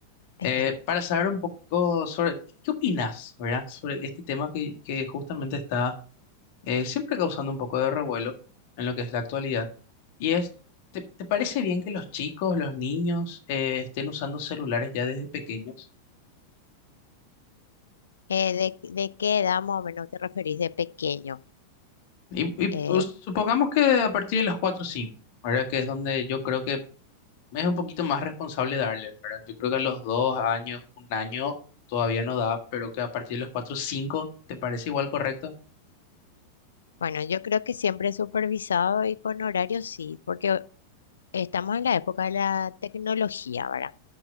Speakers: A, on the left; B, on the left.
A: eh,
B: <laughs>
A: para saber un poco sobre qué qué opinas, ¿verdad? Sobre este tema que, que justamente está eh, siempre causando un poco de revuelo en lo que es la actualidad. Y es, ¿te, te parece bien que los chicos, los niños eh, estén usando celulares ya desde pequeños?
B: Eh, ¿de, de qué edad más o menos te referís de pequeño?
A: Y, y,
B: Eh,
A: pues, supongamos que a partir de los 4 o 5, ¿verdad? Que es donde yo creo que es un poquito más responsable darle, ¿verdad? Yo creo que a los 2 años, un año todavía no da, pero que a partir de los 4 o 5, ¿te parece igual correcto?
B: bueno, yo creo que siempre supervisado y con horario sí, porque estamos en la época de la tecnología, ¿verdad?